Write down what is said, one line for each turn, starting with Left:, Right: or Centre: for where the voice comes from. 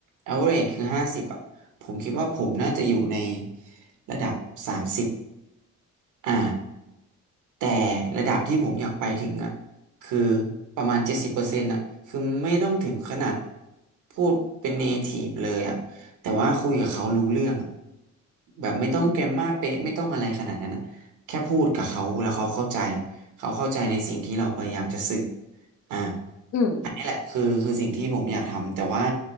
Right: average คือ50อ่ะผมคิดว่าผมน่าจะอยู่ในระดับ30 อ่าแต่ระดับที่ผมอยากไปถึงอ่ะคือประมาณเจ็ดสิบเปอร์เซ็นต์อ่ะคือไม่ต้องถึงขนาดพูดเป็นเนทีฟเลยอ่ะแต่ว่าคุยกับเขารู้เรื่องอ่ะแบบไม่ต้องแกรมมาเป๊ะไม่ต้องอะไรขนาดนั้นอ่ะแค่พูดกับเขาแล้วเขาเข้าใจ
Left: อืม
Right: เขาเข้าใจในสิ่งที่เราพยายามจะสื่ออ่า
Left: อืม
Right: อันนี้แหละคือคือสิ่งที่ผมอยากทำแต่ว่า